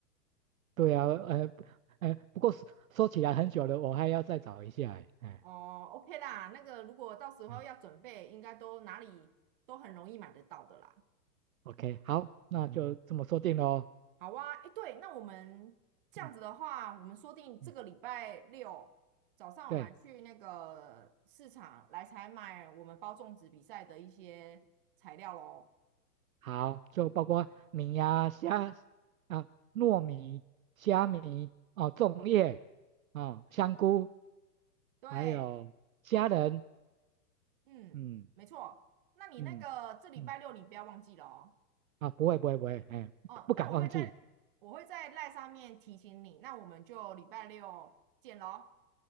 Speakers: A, on the right; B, on the right.
A: 对啊，呃，呃，不过说说起来很久了，我还要再找一下欸，哎，
B: 哦，OK 啦，那个如果到时候要准备，
A: 嗯
B: 应该都哪里都很容易买得到的啦。
A: ，OK，好，那就嗯这么说定喽。
B: 好啊，诶，对，那我们这样子的话，
A: 嗯
B: 我们说定这个礼拜六早上，
A: 嗯，对，
B: 我们来去那个市场来采买我们包粽子比赛的一些材料喽。
A: 好，就包括米呀、虾啊、糯米、虾米哦、粽叶哦、香菇，
B: 对，
A: 还有虾仁，
B: 嗯，
A: 嗯
B: 没错。那你那个这礼拜六你不要忘记了哦。
A: 嗯嗯，啊，不会不会不会，哎，
B: 哦，
A: 不不敢忘记。
B: 那我会在我会在赖上面提醒你，那我们就礼拜六见喽，